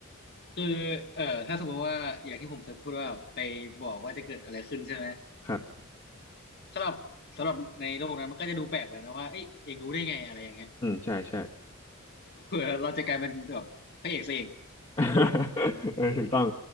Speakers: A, on the left; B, on the left.
A: คือเอ่อถ้าสมมติว่าอย่างที่ผมเคยพูดว่าไปบอกว่าจะเกิดอะไรขึ้นใช่ไหม
B: ครับ
A: สำหรับสำหรับในโลกนั้นมันก็จะดูแปลกไปนะว่าเอ้ยเองรู้ได้ไงอะไรอย่างเงี้ย
B: อืมใช่ใช่
A: เผื่อเราจะกลายเป็นแบบพระเอกซะเอง
B: <laughs> เออถูกต้อง